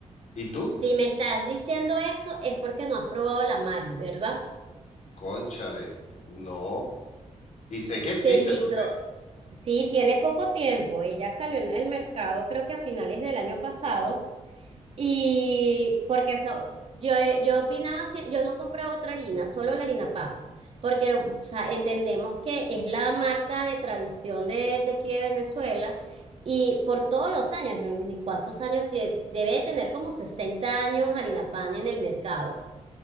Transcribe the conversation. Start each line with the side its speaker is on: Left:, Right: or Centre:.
Left: ¿Y tú?
Right: si me estás diciendo eso es porque no has probado la Mari, ¿verdad?
Left: Cónchale, no. Y sé que existe,
Right: Te invito.
Left: porque
Right: Sí, tiene poco tiempo. Ella salió en el mercado, creo que a finales del año pasado. Y porque eso, yo, yo opinaba, sie- yo no compraba otra harina, solo la harina PAN, porque o sea, entendemos que es la marca de tradición de, de aquí de Venezuela y por todos los años, ¿no? ni cuántos años, tie- debe tener como sesenta años harina PAN en el mercado.